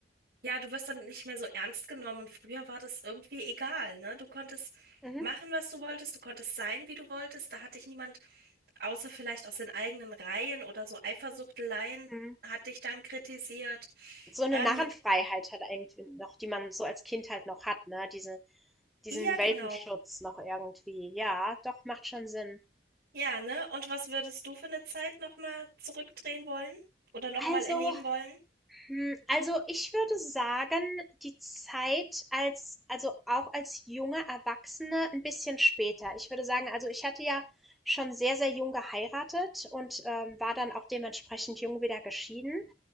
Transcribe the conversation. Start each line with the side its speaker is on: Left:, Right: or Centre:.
Right: Ja, du wirst dann nicht mehr so ernst genommen und früher war das irgendwie egal, ne? Du konntest
Centre: Mhm.
Right: machen, was du wolltest, du konntest sein, wie du wolltest, da hat dich niemand außer vielleicht aus den eigenen Reihen oder so Eifersuchteleien
Centre: Mhm.
Right: hat dich dann kritisiert.
Centre: So eine
Right: Ähm,
Centre: Narrenfreiheit halt irgendwie noch, die man so als Kind halt noch hat, ne? Diese diesen
Right: ja,
Centre: Welpenschutz
Right: genau.
Centre: noch irgendwie. Ja, doch, macht schon Sinn.
Right: Ja, ne? Und was würdest du für eine Zeit nochmal zurückdrehen wollen oder nochmal
Centre: Also
Right: erleben wollen?
Centre: Hm, also, ich würde sagen, die Zeit als also auch als junge Erwachsene ein bisschen später. Ich würde sagen, also, ich hatte ja schon sehr, sehr jung geheiratet und, ähm, war dann auch dementsprechend jung wieder geschieden.